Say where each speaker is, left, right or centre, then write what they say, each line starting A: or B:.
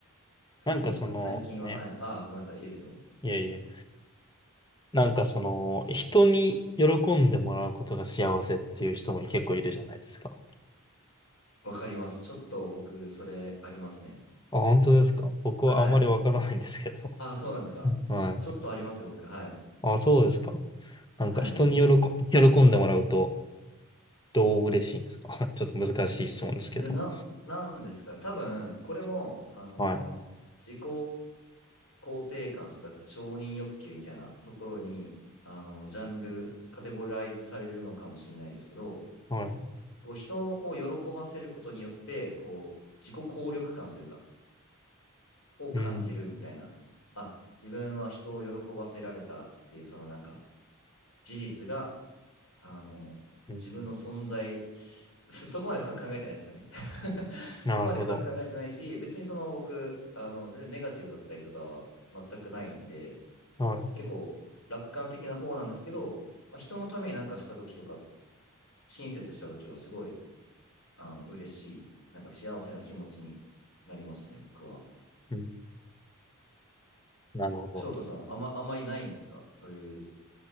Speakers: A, on the left (about 70°); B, on the left (about 20°).
A: 特になんか最近は、
B: なんかその、ね、
A: はい。ああ、ごめんなさい。いいですよ。
B: いやいや、なんかその、人に喜んでもらうことが幸せっていう人も結構いるじゃないですか。
A: わかります。ちょっと僕、それありますね。
B: あ、本当ですか僕はあんまりわからないんですけれども。
A: はい。ああ、そうなんですか。
B: <laughs> はい。
A: ちょっとありますよ、僕。はい。
B: あ、そうですか。なんか人に喜、
A: はい。
B: 喜んでもらうと、どう嬉しいんですか <laughs> ちょっと難しい質問ですけど。
A: で、な、なんですかね。多分、これも、あのー自己
B: はい。
A: 肯定感とか承認欲求みたいなところに、あのージャンル、カテゴライズされるのかもしれないですけど、
B: はい。
A: こう、人を喜ばせることによって、こう、自己効力感というか、を感じるみたいな。
B: うん。
A: あ、自分は人を喜ばせられたっていうそのなんか事実が、あの、
B: うん、
A: 自分の存在、そそこまで深く考えてないですけどね。<laughs>
B: なるほど。
A: そこまで深く考えてないし、別にその僕、あの、全然ネガティブだったりとかは全くないんで、
B: はい。
A: 結構楽観的な方なんですけど、まあ、人のためになんかした時とか、親切した時はすごい、あの、嬉しい、なんか幸せな気持ちになりますね、僕は。
B: うん、なるほど。
A: 翔太さん、あんま、あんまりないんですかそういう